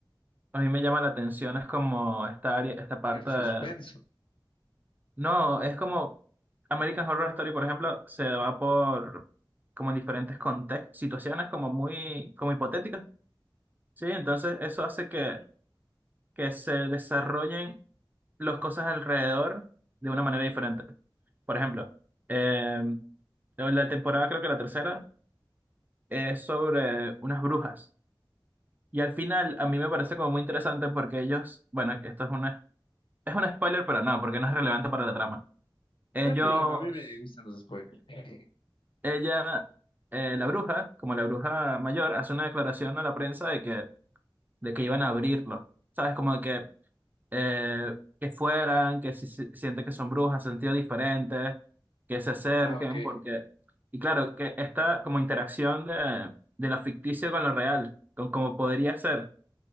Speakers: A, on the right; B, on the left.
A: a mí me llama la atención, es como esta área, esta parte
B: El suspenso.
A: de- No, es como American Horror Story, por ejemplo, se va por como en diferentes contextos, situaciones como muy, como hipotéticas, ¿sí? Entonces eso hace que,
B: Mm,
A: que se desarrollen las cosas alrededor de una manera diferente. Por ejemplo, eh, la temporada, creo que la tercera, es sobre unas brujas. Y al final, a mí me parece como muy interesante porque ellos, bueno, esto es una, es un spoiler, pero no, porque no es relevante para la trama. Ellos,
B: No hay problema, a mí me gustan los spoilers. <laughs>
A: ella, eh, la bruja, como la bruja mayor, hace una declaración a la prensa de que, de que iban a abrirlo. ¿Sabes? Como de que eh, que fueran, que si, si- siente que son brujas, sentido diferentes, que se acerquen,
B: Ah, ok.
A: porque, y claro, que esta como interacción de, de lo ficticio con lo real, con cómo podría ser,